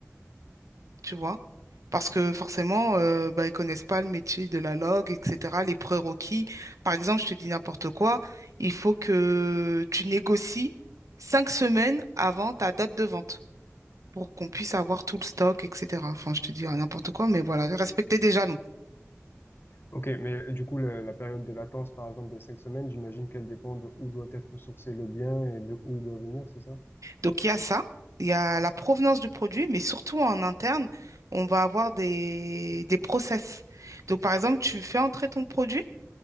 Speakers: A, on the right; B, on the left.
A: tu vois. Parce que forcément, euh, bah, ils connaissent pas le métier de la log, etc., les prérequis. Par exemple, je te dis n'importe quoi, il faut que tu négocies cinq semaines avant ta date de vente pour qu'on puisse avoir tout le stock, etc. Enfin, je te dis euh, n'importe quoi, mais voilà, respecter des jalons.
B: Ok, mais euh, du coup, le- la période de latence, par exemple, des cinq semaines, j'imagine qu'elle dépend de où doit être sourcé le bien et de où il doit venir, c'est ça?
A: Donc, il y a ça, il y a la provenance du produit, mais surtout en interne, on va avoir des, des process. Donc, par exemple, tu fais entrer ton produit.